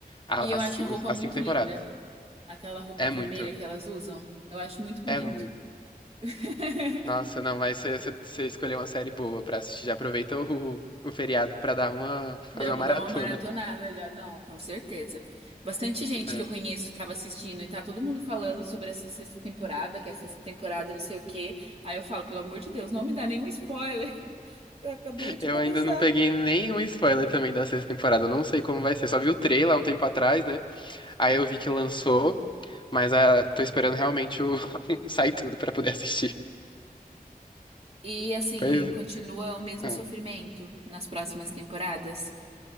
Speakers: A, on the left; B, on the right.
A: A-
B: E eu
A: As,
B: acho
A: cin-
B: a roupa
A: as
B: muito
A: cinco temporadas.
B: linda. Aquela roupa
A: É
B: vermelha
A: muito,
B: que elas usam. Eu acho muito bonito.
A: é muito.
B: <laughs>
A: Nossa, não, mas você escolheu uma série boa pra assistir. Já aproveita o, o feriado pra dar uma,
B: Já
A: fazer uma
B: vou
A: maratona.
B: dar uma maratonada, já. Não, com certeza. Bastante gente
A: É.
B: que eu conheço estava assistindo e tá todo mundo falando sobre essa sexta temporada, que é a sexta temporada e não sei o quê. Aí eu falo, pelo amor de Deus, não me dá nenhum spoiler, <laughs> porque eu acabei de
A: Eu
B: começar.
A: ainda não peguei nenhum spoiler também da sexta temporada. eu Não sei como vai ser. Só vi o trailer há um tempo atrás, né? Aí eu vi que lançou, mas ah, tô esperando realmente o... <laughs> sair tudo pra poder assistir.
B: E assim,
A: Pois
B: continua o mesmo
A: é.
B: sofrimento nas próximas temporadas?